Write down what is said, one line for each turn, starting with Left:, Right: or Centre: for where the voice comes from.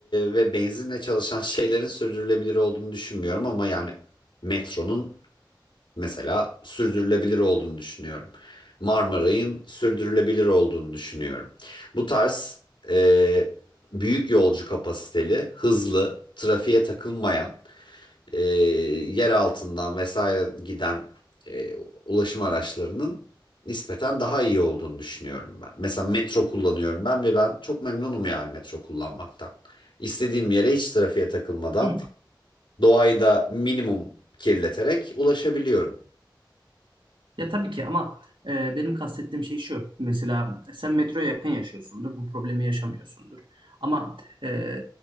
Left: ve benzinle çalışan <laughs> şeylerin sürdürülebilir olduğunu düşünmüyorum ama yani metronun mesela sürdürülebilir olduğunu düşünüyorum. Marmaray'ın sürdürülebilir olduğunu düşünüyorum. Bu tarz e, büyük yolcu kapasiteli, hızlı, trafiğe takılmayan, e, yer altından vesaire giden e, ulaşım araçlarının nispeten daha iyi olduğunu düşünüyorum ben. Mesela metro kullanıyorum ben ve ben çok memnunum yani metro kullanmaktan. İstediğim yere hiç trafiğe takılmadan,
Right: <clears throat>
Left: doğayı da minimum kirleterek ulaşabiliyorum.
Right: Ya tabii ki ama e, benim kastettiğim şey şu. Mesela sen metroya yakın yaşıyorsundur. Bu problemi yaşamıyorsundur. Ama e,